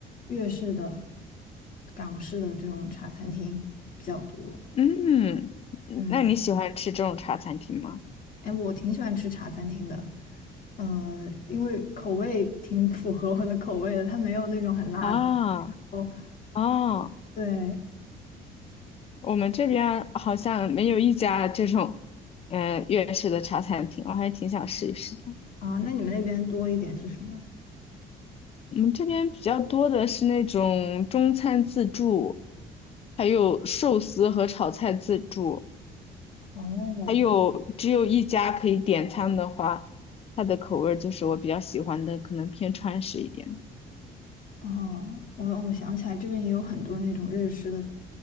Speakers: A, on the left; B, on the left.
A: 粤式的、港式的这种茶餐厅比较多。
B: 嗯，嗯那你喜欢吃这种茶餐厅吗？
A: 嗯，哎，我挺喜欢吃茶餐厅的，呃，因为口味挺符合我的口味的，它没有那种很辣的。
B: 啊
A: 哦，
B: 啊，
A: 对，
B: 我们这边儿好像没有一家这种，嗯、粤式的茶餐厅，我还挺想试一试的。
A: 啊，那你们那边多一点是什么？
B: 我们这边比较多的是那种中餐自助，还有寿司和炒菜自助。
A: 哦，
B: 还有只有一家可以点餐的话，它的口味儿就是我比较喜欢的，可能偏川式一点的。
A: 哦，我我想起来，这边也有很多那种日式的，